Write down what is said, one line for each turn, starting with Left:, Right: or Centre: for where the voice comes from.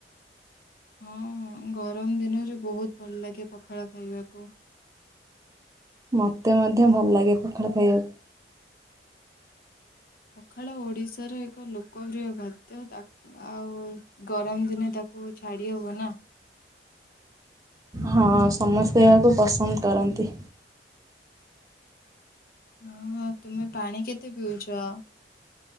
Left: ହଁ ହଁ ଗରମ ଦିନରେ ବହୁତ ଭଲ ଲାଗେ ପଖାଳ ଖାଇବାକୁ।
Right: ମତେ ମଧ୍ୟ ଭଲ ଲାଗେ ପଖାଳ ଖାଇବାକୁ।
Left: ପଖାଳ ଓଡ଼ିଶାର ଏକ ଲୋକପ୍ରିୟ ଖାଦ୍ୟ ତାକୁ ଆଉ ଗରମ ଦିନେ ତାକୁ ଛାଡ଼ି ହବନି ନା।
Right: ହଁ ସମସ୍ତେ ଏହାକୁ ପସନ୍ଦ କରନ୍ତି।
Left: ହଁ ତୁମେ ପାଣି କେତେ ପିଉଛ?